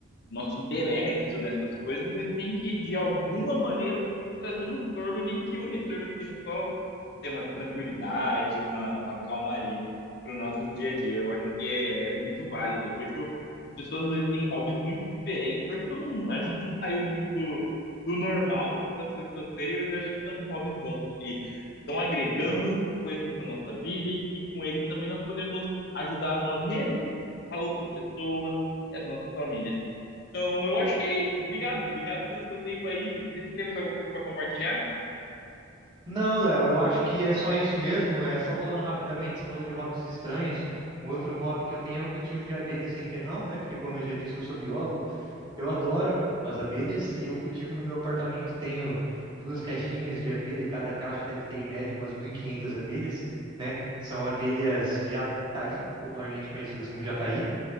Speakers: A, on the left; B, on the right.
A: nosso intelecto nessas coisas, e tem que, de alguma maneira, trazer um retorno, nem que o retorno seja só ter uma tranquilidade, uma, uma calmaria para o nosso dia a dia. Eu acho que é, é muito válido. Eu vejo pessoas às vezes têm hobbies muito diferentes. Eu acho que eu não, a gente não saiu muito do, do normal das pessoas terem, mas eu acho que são hobbies bons que estão agregando coisas na nossa vida e que com eles também nós podemos ajudar nós mesmos, a outras pessoas e as nossas famílias. Então eu acho que é isso. Obrigado, obrigado pelo seu tempo aí, Vini. Não sei se você tem mais alguma coisa para compartilhar.
B: Não, Léo, eu acho que é só isso mesmo. É só falando rapidamente, você falou de hobbies estranhos. Um outro hobby que eu tenho é o cultivo de abelhas sem ferrão, né? Porque, como eu já disse, eu sou biólogo. Eu adoro as abelhas e eu cultivo no meu apartamento. Tenho duas caixinhas de abelha e cada caixa deve ter, em média, umas 1.500 abelhas, né? São abelhas jataí, popularmente conhecidas como jataí.